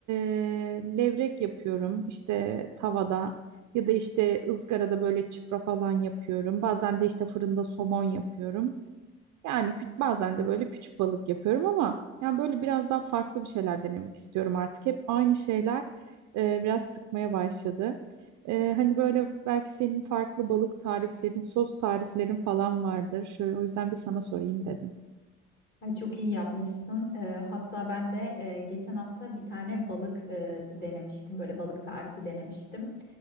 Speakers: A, on the right; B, on the left.
A: e, levrek yapıyorum işte tavada ya da işte ızgarada böyle çipra falan yapıyorum. Bazen de işte fırında somon yapıyorum. Yani küç- bazen de böyle küçük balık yapıyorum ama yani böyle biraz daha farklı bir şeyler denemek istiyorum artık. Hep aynı şeyler e, biraz sıkmaya başladı. E, hani böyle belki senin farklı balık tariflerin, sos tariflerin falan vardır. Şöyle, o yüzden bir sana sorayım dedim.
B: Ay çok iyi yapmışsın. Ee, hatta ben de e, geçen hafta bir tane balık e, denemiştim. Böyle balık tarifi denemiştim.